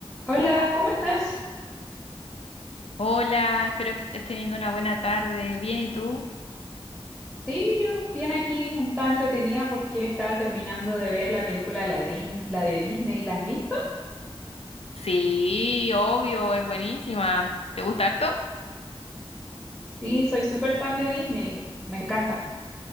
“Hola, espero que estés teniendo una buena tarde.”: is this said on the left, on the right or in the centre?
Left